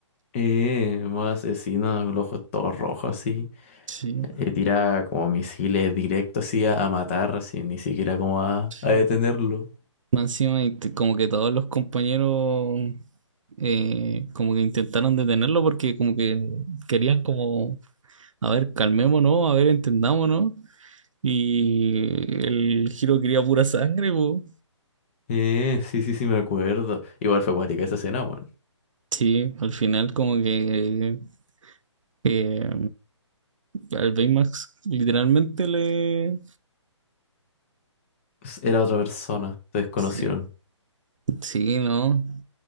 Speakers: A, on the left; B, on the right.
A: Eh, más asesino, los ojos todos rojos así.
B: Sí,
A: Eh, tira como misiles directo así a, a matar, así, ni siquiera como a,
B: sí.
A: a detenerlo.
B: Más encima, y t- como que todos los compañeros eh, como que intentaron detenerlo porque como que querían como, a ver, calmémonos, a ver, entendámonos. Y el giro quería pura sangre, po.
A: Eh, sí, sí, sí, me acuerdo. Igual fue cuática esa escena, bueno.
B: Sí, al final como que eh, al Baymax literalmente le...
A: Era otra persona, se desconocieron.
B: Sí, sí, ¿no?